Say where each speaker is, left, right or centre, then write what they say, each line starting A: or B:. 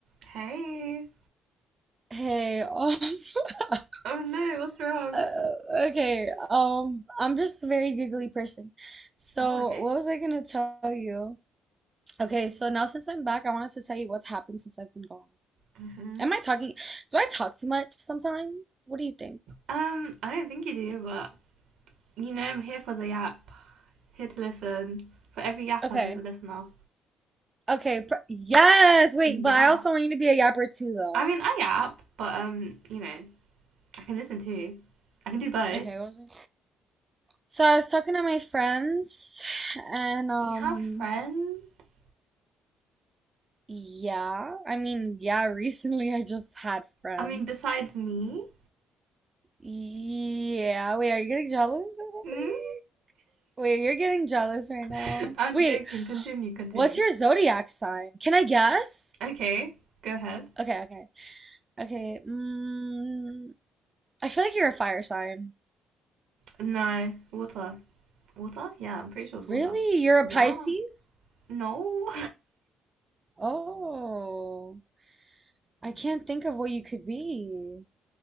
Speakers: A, on the right (about 75°); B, on the right (about 25°).
A: Hey.
B: Hey, um, <laughs>
A: Oh no, what's wrong?
B: uh, okay, um, I'm just a very giggly person. So,
A: Oh, okay.
B: what was I gonna tell you? Okay, so now since I'm back, I wanted to tell you what's happened since I've been gone.
A: hmm
B: Am I talking? Do I talk too much sometimes? What do you think?
A: Um, I don't think you do, but you know, I'm here for the yap. Here to listen. For every yapper,
B: Okay,
A: there's a listener.
B: okay, pr yes, wait,
A: Yeah.
B: but I also want you to be a yapper too, though.
A: I mean, I yap, but um, you know, I can listen too. I can do both.
B: Okay, what was I? So I was talking to my friends, and um,
A: You have friends?
B: yeah, I mean, yeah, recently I just had friends.
A: I mean, besides me?
B: Yeah, wait, are you getting jealous or something?
A: Mm?
B: Wait, you're getting jealous right now.
A: <laughs> I'm
B: Wait,
A: joking. Continue, continue.
B: what's your zodiac sign? Can I guess?
A: Okay, go ahead.
B: Okay, okay. Okay, mm, I feel like you're a fire sign.
A: No, water. Water? Yeah, I'm pretty sure it's
B: Really?
A: water.
B: You're a
A: Yeah.
B: Pisces?
A: No.
B: Oh, I can't think of what you could be.